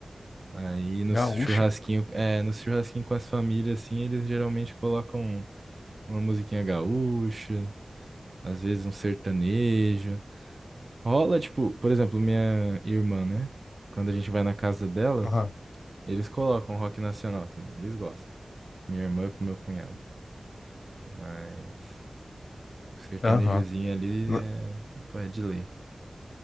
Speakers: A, on the right; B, on the left.
A: Aí no
B: Gaúcha.
A: churrasquinho, é, no churrasquinho com as famílias, assim, eles geralmente colocam uma musiquinha gaúcha, às vezes um sertanejo. Rola, tipo, por exemplo, minha irmã, né? Quando a gente vai na casa dela,
B: Aham.
A: eles colocam rock nacional também, eles gostam. Minha irmã com meu cunhado. Mas o sertanejozinho
B: Aham.
A: ali
B: Ma-
A: é, pô, é de lei.